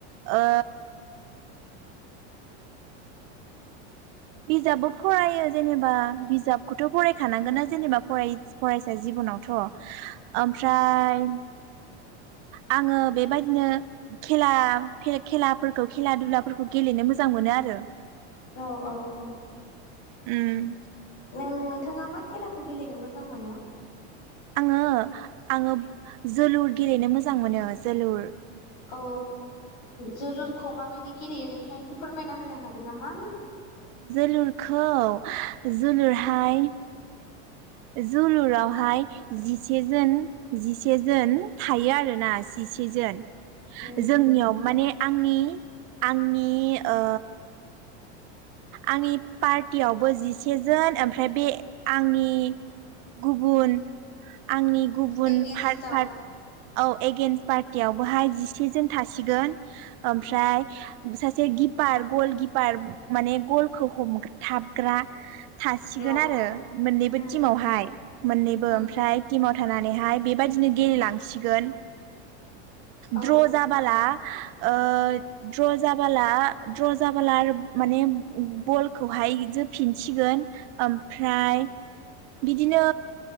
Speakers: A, on the right; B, on the left.
A: ओ बिजाबबो फरायो जेनेबा बिजाबखौथ' फरायखानांगोनना जेनेबा फरय फरायसा जिबनावथ'। आमफ्राय आङो बेबायदिनो खेला खेलाफोरखौ खेला दुलाफोरखौ गेलेनो मोजां मोनो आरो।
B: औ औ औ।
A: उम
B: नों नोंथाङा मा खेलाखौ गेलेनो मोजां मोनो?
A: आङो आङो जोलुर गेलेनो मोजां मोनो जोलुर
B: अ जोलुर। खौ माबायदि गेलेयो नोंथाङा एसे फोरमायना होनो हागोन नामा।
A: जोलुरखौ जोलुरहाय। जोलुरावहाय जिसे जोन जिसेजोन थायो आरोना जिसेजोन।
B: उम
A: जोंनियाव
B: उम
A: माने आंनि। आंनि ओ। आंनि। पार्टियावबो जिसे जोन ओमफ्राय बे आंनि। गुबुन आंनि। गुब <unintelligible>
B: एगेन्स्टआव
A: औ एगेन्स पार्टियावबोहाय जिसे जन था सिगोन ओमफ्राय। जे किपार गल किपार माने गलखौ हमथाबग्रा थासिगोन
B: औ
A: आरो मोननैबो।
B: उम
A: टिमावहाय मोननैबो
B: उम
A: ओमफ्राय। नानैहाय बेबायदिनो गेलेलांसिगोन।
B: औ
A: द्र' जाबाला ओ द्र' जाबाला। द्र' जाबोला माने बलखौहाय जो फिनसिगोन ओमफ्राय। बिदिनो